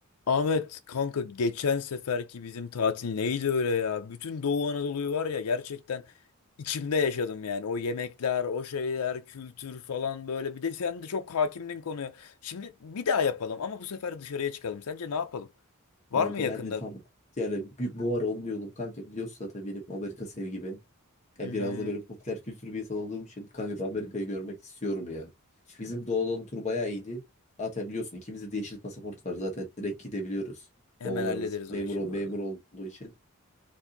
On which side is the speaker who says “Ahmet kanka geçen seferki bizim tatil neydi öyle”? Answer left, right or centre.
Left